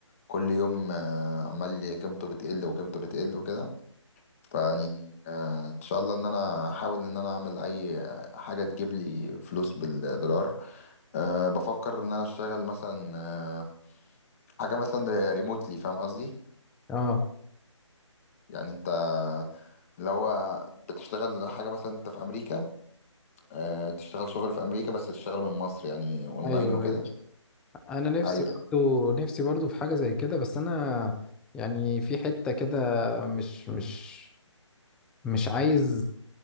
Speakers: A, on the left; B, in the centre.
A: كل يوم آه، عمال قيمته بتقل وقيمته بتقل وكده فيعني آه، ان شاء الله ان انا احاول ان انا اعمل اي حاجة تجيب لي فلوس بالدولار أه بفكر ان انا اشتغل مثلا أه حاجة مثلا ريموتلي فاهم قصدي
B: اه
A: يعني انت لو بتشتغل حاجة مثلا انت في امريكا أه تشتغل شغل في امريكا بس تشتغل من مصر يعني اونلاين
B: ايوه
A: وكده
B: ايوه انا نفسي
A: ايوه
B: برضو نفسي برضو في حاجه زي كده بس انا يعني في حته كده مش مش مش عايز